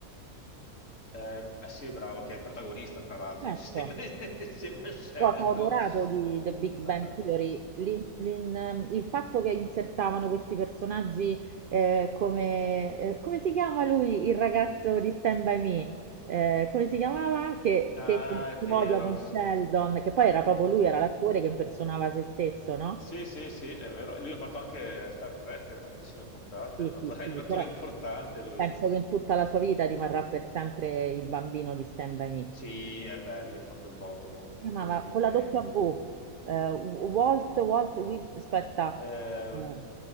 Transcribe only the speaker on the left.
Eh, ah sì, brava, che è il protagonista, tra l'altro, insieme,
<laughs> insieme a Sheldon.
Vabbè.
Ah,
è
vero.
Eh,
Sì, sì, sì, è vero. Lui ha fatto anche Star Trek, tantissime puntate,
è un attore,
<laughs> è un attore
importante lui.
Sì, eh beh, lui ha fatto il botto con,
con
quel film
lì.
Eh,